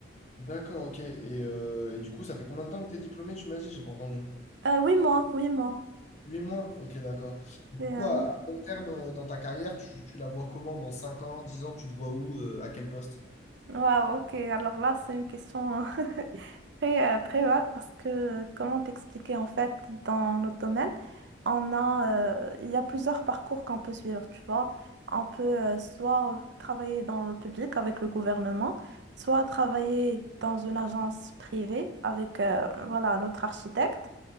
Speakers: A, on the left (about 35°); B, on the right (about 60°).
A: D'accord, ok. Et, euh, et du coup, ça fait combien de temps que tu es diplômé, tu m'as dit? J'ai pas entendu.
B: Euh, oui, moi, oui, moi.
A: Huit mois? Ok, d'accord. Du
B: C'est un-
A: à long terme, euh, dans ta carrière, tu, tu la vois comment? Dans 5 ans, 10 ans, tu te vois où? euh, à quel poste?
B: Waouh, ok. Alors là, c'est une question Très, euh, très vague parce que, comment t'expliquer, en fait, dans notre domaine, on a, euh, il y a plusieurs parcours qu'on peut suivre, tu vois. On peut euh, soit travailler dans le public avec le gouvernement, soit travailler dans une agence privée avec, euh, voilà, notre architecte.